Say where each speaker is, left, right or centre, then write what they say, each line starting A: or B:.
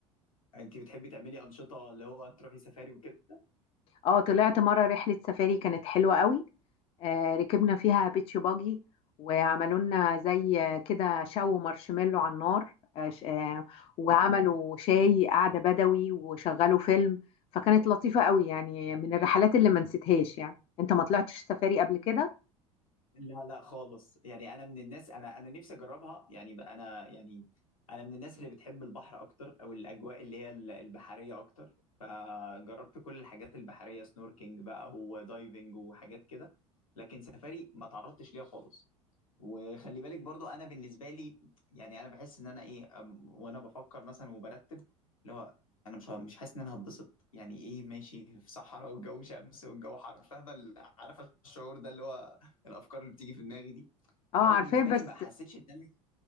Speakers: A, on the left; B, on the left.
A: انت بتحبي تعملي انشطة اللي هو تروحي سفاري وكده
B: اه طلعت مرة رحلة سفاري كانت حلوة قوي آه، ركبنا فيها بيتش باجي وعملوا لنا زي كده شو مارشميلو على النار آه، ش- آه، وعملوا شاي قعدة بدوي وشغلوا فيلم فكانت لطيفة قوي يعني من الرحلات اللي ما نسيتهاش يعني انت ما طلعتش سفاري قبل كده
A: لا لا خالص يعني انا من الناس انا انا نفسي اجربها يعني ب- انا يعني انا من الناس اللي بتحب البحر اكتر او الاجواء اللي هي ال- البحريه اكتر فجربت كل الحاجات البحريه سنوركينج بقى ودايفنج وحاجات كده لكن سفاري ما تعرضتش ليها خالص وخلي بالك برضو انا بالنسبه لي يعني انا بحس ان انا ايه أم- وانا بفكر مثلا وبرتب اللي هو انا مش مش حاسس ان انا هتبسط يعني ايه ماشي في صحراء والجو شمس والجو حر فاهمه ال- عارفه الشعور ده اللي هو الافكار اللي بتيجي في دماغي دي
B: اه
A: فانا
B: عارفاه
A: بالنسبه
B: بس
A: لي ما حسيتش ان انا